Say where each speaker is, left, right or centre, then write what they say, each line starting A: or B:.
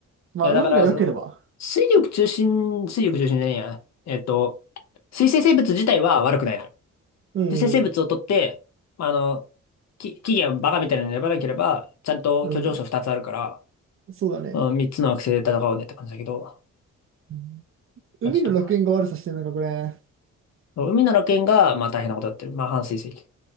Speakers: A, on the right (about 45°); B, on the left (about 65°).
A: まあ、
B: いや、
A: 運が良ければ。
B: だから、そう、水力中心、水力中心じゃねえや。えっと、水生生物自体は悪くないのよ。
A: うん、
B: 水生生物を取って、まあの、き、起源をバカみたいなの選ばなければ、ちゃんと居上症2つあるから、
A: うん、そうだね。
B: うん、3つの惑星で戦おうねって感じだけど、
A: うん海の楽園が悪さしてるのか、
B: まあ、ちょっと、
A: これ。
B: 海の楽園が、まあ大変なことやってる。まあ半水石。